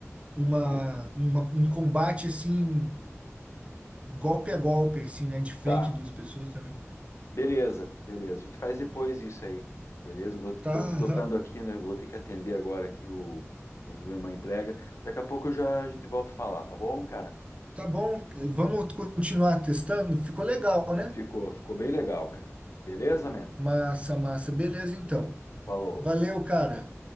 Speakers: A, on the right; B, on the left.
A: uma,
B: Vamos-
A: uma- um combate assim, golpe a golpe, assim, né? De frente
B: Tá.
A: duas pessoas também.
B: Beleza, beleza. A gente faz depois isso aí. Beleza? Vou... Estão
A: Tá,
B: tocando
A: aham.
B: aqui, né? Vou ter que atender agora aqui o. Estão fazendo uma entrega. Daqui a pouco eu já a gente volta a falar, tá bom, cara?
A: Tá bom. Vamos continuar testando? Ficou legal, né?
B: Ficou, ficou bem legal, cara. Beleza, man?
A: Massa, massa. Beleza, então.
B: Falou.
A: Valeu, cara.